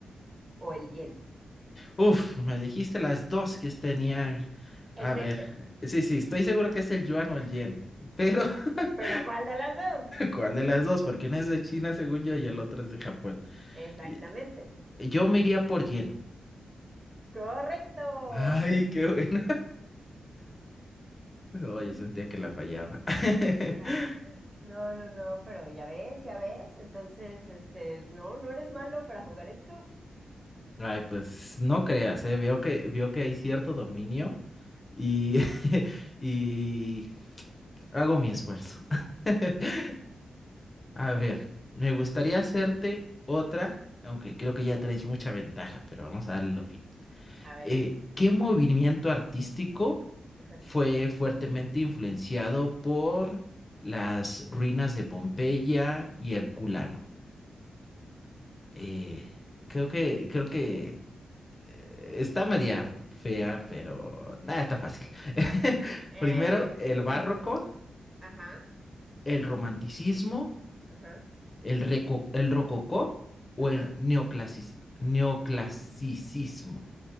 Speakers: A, on the right; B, on the left.
A: o el yen?
B: Uf, me dijiste las dos que tenían. A
A: En mente.
B: ver, sí, sí, estoy seguro que es el yuan o el yen, pero <laughs>
A: ¿Pero cuál de las dos?
B: ¿cuál de las dos? Porque una es de China, según yo, y el otro es de Japón.
A: <laughs> Exactamente.
B: Y- Yo me iría por yen.
A: Correcto.
B: Ay, qué bueno.
A: <laughs>
B: Oye, sentía que la fallaba. <laughs>
A: Ah, No, no, no, pero ya ves, ya ves. Entonces, este, no, no eres malo para jugar esto.
B: Ay, pues no creas, eh. Veo que, veo que hay cierto dominio y, <laughs> y hago mi esfuerzo. <laughs> A ver,
A: Ah,
B: me gustaría hacerte otra, aunque creo que ya traes mucha ventaja, pero vamos a darle lo fin.
A: A ver.
B: Eh, ¿qué movimiento artístico
A: Ajá.
B: fue fuertemente influenciado por las ruinas de Pompeya y Herculano? Eh, creo que, creo que Está media
A: Hmm,
B: fea, pero nada, está fácil. <laughs>
A: En,
B: Primero, el
A: en
B: barroco,
A: este- Ajá,
B: el romanticismo,
A: ajá,
B: el, reco- el rococó o
A: ajá.
B: el neoclasis- neoclasicismo.